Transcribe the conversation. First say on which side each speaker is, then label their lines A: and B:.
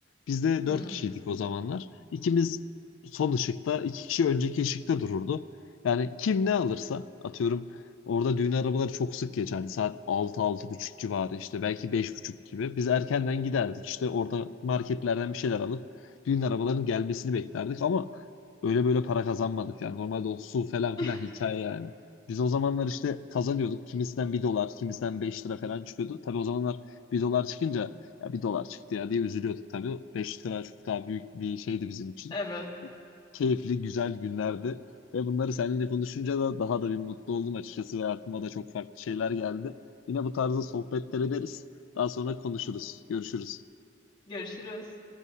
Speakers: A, on the left (about 80°); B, on the left (about 25°).
A: Biz de
B: Hmm.
A: dört kişiydik o zamanlar. İkimiz son ışıkta, iki kişi önceki ışıkta dururdu. Yani kim ne alırsa atıyorum orada düğün arabaları çok sık geçerdi. Saat altı altı buçuk civarı işte belki beş buçuk gibi. Biz erkenden giderdik işte orada marketlerden bir şeyler alıp düğün arabalarının gelmesini beklerdik ama öyle böyle para kazanmadık yani. Normalde o su falan
B: <laughs>
A: filan hikaye yani. Biz o zamanlar işte kazanıyorduk. Kimisinden bir dolar, kimisinden 5 lira falan çıkıyordu. Tabii o zamanlar bir dolar çıkınca ya bir dolar çıktı ya diye üzülüyorduk tabii. beş lira çok daha büyük bir şeydi bizim için.
B: Evet.
A: Keyifli, güzel günlerdi. Ve bunları seninle konuşunca da daha da bir mutlu oldum açıkçası ve aklıma da çok farklı şeyler geldi. Yine bu tarzda sohbetler ederiz. Daha sonra konuşuruz. Görüşürüz.
B: Görüşürüz.